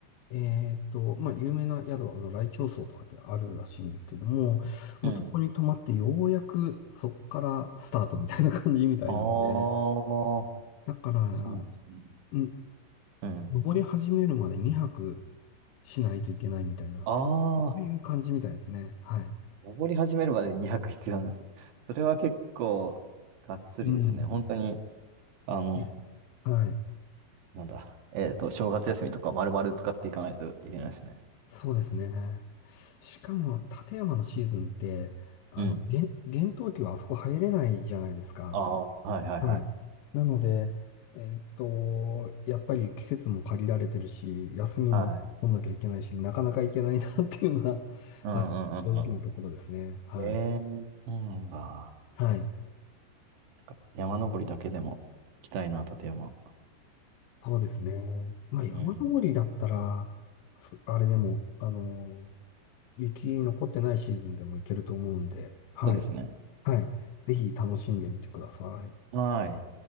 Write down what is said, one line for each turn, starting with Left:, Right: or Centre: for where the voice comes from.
Left: えーっと、まあ、有名な宿、あの、来鳥荘とかってあるらしいんですけども、まあ、
Right: うん。
Left: そこに泊まってようやくそっからスタートみたいな感じみたいなんで、
Right: ああ、
Left: だから、
Right: そうなんですね。
Left: ん、
Right: うん。
Left: 登り始めるまで2泊しないといけないみたいな、
Right: ああ、
Left: そういう感じみたいですね。はい。
Right: 登り始めるまでに200必要なんですね。それは結構、がっつりですね。
Left: うん。
Right: 本当に、あの、
Left: えはい。
Right: なんだ、えっと、正月休みとか丸々使っていかないといけないですね。
Left: そうですね。しかも、立山のシーズンって、あの、
Right: うん。
Left: 厳厳冬期はあそこ入れないじゃないですか。
Right: ああ、はいはいはい。
Left: はい。なので、えーっと、やっぱり季節も限られてるし、休みも取んなきゃいけないし、
Right: はい。
Left: なかなか行けないなっていうのが
Right: うんうんうんう
Left: <laughs> 正直なところですね。はい。
Right: ん。ええそうなんだ。な
Left: はい。
Right: んか山登りだけでも行きたいな、立山。
Left: そうですね。まあ、山登りだったら、
Right: うん。
Left: そあれでも、あのー雪残ってないシーズンでも行けると思うんで、はい。
Right: そうですね。
Left: はい。ぜひ楽しんでみてください。
Right: はい。